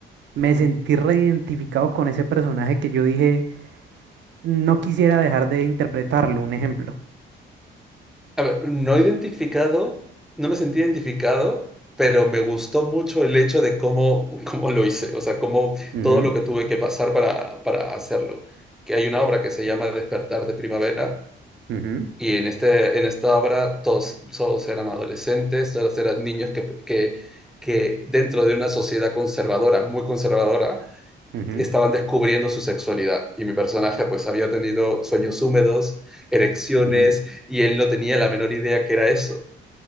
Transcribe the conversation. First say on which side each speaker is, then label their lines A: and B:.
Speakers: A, on the right (about 65°); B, in the centre.
A: me sentí reidentificado con ese personaje que yo dije. no quisiera dejar de interpretarlo, un ejemplo.
B: A ver, no he identificado, no me sentí identificado, pero me gustó mucho el hecho de cómo, cómo lo hice, o sea, cómo
A: Ujú,
B: todo lo que tuve que pasar para, para hacerlo. Que hay una obra que se llama Despertar de Primavera,
A: ujú,
B: Y en, este, en esta obra todos, todos eran adolescentes, todos eran niños que, que, que dentro de una sociedad conservadora, muy conservadora,
A: ujú,
B: estaban descubriendo su sexualidad y mi personaje pues había tenido sueños húmedos, erecciones
A: ujú.
B: y él no tenía la menor idea que era eso.